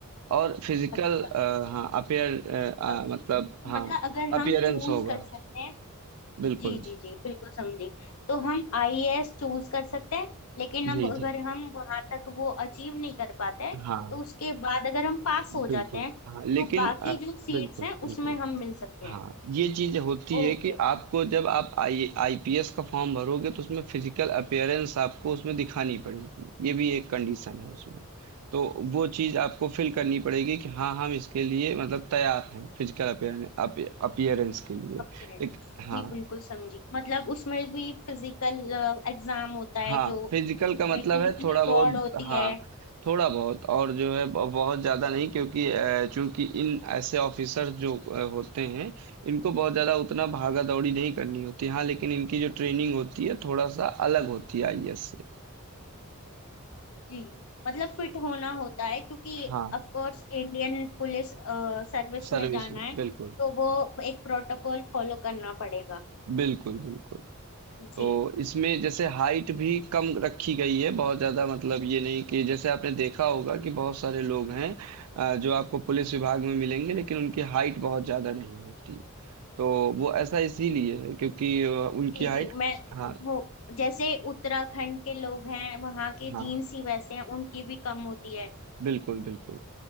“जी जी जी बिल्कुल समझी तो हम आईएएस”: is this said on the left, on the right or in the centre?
Left